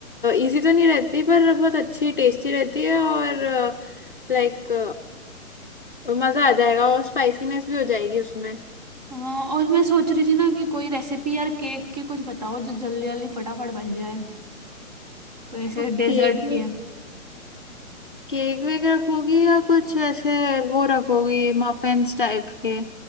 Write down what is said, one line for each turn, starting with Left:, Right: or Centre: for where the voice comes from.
Left: इजी तो नहीं रहती पर बहुत अच्छी टेस्टी रहती है और लाइक मजा आ जाएगा और स्पाइसीनेस भी हो जाएगी उसमें
Right: हाँ और मैं सोच रही थी ना कि कोई रेसिपी यार केक की कुछ बताओ जो जल्दी जल्दी फटाफट बन जाए वैसे
Left: तो
Right: डेजर्ट
Left: केक में
Right: की है
Left: केक वेक रखोगी या कुछ ऐसे वो रखोगी मफिन्स टाइप के